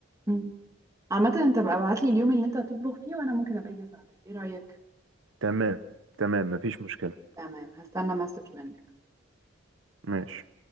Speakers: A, on the right; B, on the right.
A: مم. عامه انت بقى ابعت لي اليوم اللي انت هتطبخ فيه وانا ممكن ابقى اجي اساعدك ايه رايك
B: تمام تمام مفيش مشكله
A: تمام هستنى مسج منك
B: ماشي